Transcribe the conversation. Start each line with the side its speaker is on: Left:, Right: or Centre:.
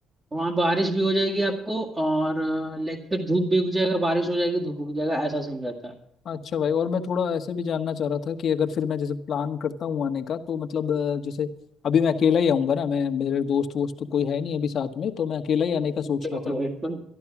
Right: वहां बारिश भी हो जाएगी आपको और लाइक फिर धूप भी उग जाएगा बारिश हो जाएगी धूप उग जाएगा ऐसा सीन रहता है
Left: अच्छा भाई और मैं थोड़ा ऐसे भी जानना चाह रहा था कि अगर फिर मैं जैसे प्लान करता हूँ आने का तो मतलब अ, जैसे अभी मैं अकेला ही आऊंगा ना मैं मेरे दोस्त वोस्त तो कोई है नहीं अभी साथ में तो मैं अकेला ही आने का सोच
Right: बिल्कुल
Left: रहा था
Right: बिल्कुल